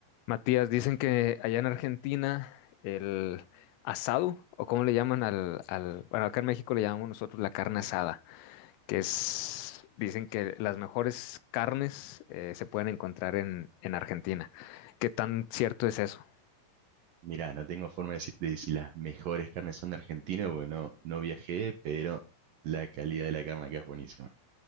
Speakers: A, on the left; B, on the right.
A: Matías, dicen que allá en Argentina el asado, o cómo le llaman al, al- bueno, acá en México le llamamos nosotros la carne asada, que es, dicen que las mejores carnes eh, se pueden encontrar en, en Argentina. ¿Qué tan cierto es eso?
B: Mirá, no tengo forma de decirte si las mejores carnes son de Argentina, porque no, no viajé, pero la calidad de la carne acá es buenísima.